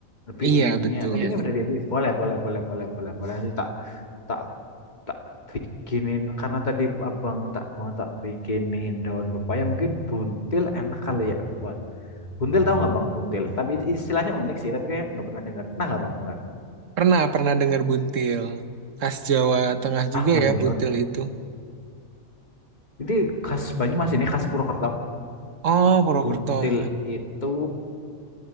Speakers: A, on the left; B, on the right.
A: Lebih
B: Iya,
A: umumnya.
B: betul.
A: Tapi
B: Iya.
A: ini dari ebi. Boleh, boleh, boleh, boleh, boleh, boleh. Nanti tak tak tak bikinin karena tadi Abang tak mau tak bikinin daun pepaya mungkin buntil enak kali ya buat Buntil tahu nggak bang? Buntil. Tapi istilahnya unik sih. Tapi kayak nggak pernah dengar. Pernah nggak bang dengar?
B: Pernah, pernah dengar buntil. Khas Jawa Tengah juga
A: Ah yang
B: ya,
A: benar.
B: buntil itu.
A: Jadi khas Banyumas ini khas Purwokerto.
B: Oh, Purwokerto.
A: Buntil
B: Mm,
A: itu